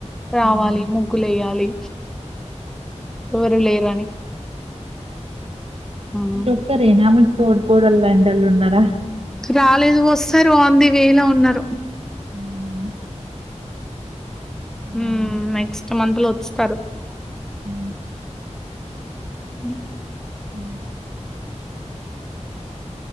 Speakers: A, in the centre; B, on the right.
A: రావాలి
B: హ్మ్.
A: ముగ్గులు వేయాలి ఎవరు లేరని హ్మ్
B: మీరు ఒక్కరేనామెకు తోడుకోడలు లాంటి వాళ్ళు ఉన్నారా
A: రాలేదు వస్తారు ఆన్ ది వే లో ఉన్నారు
B: అవునా? హ్మ్.
A: ఉ నెక్స్ట్ మంత్ లో వచ్చుస్తారు
B: ఉ
A: ఉ
B: ఉ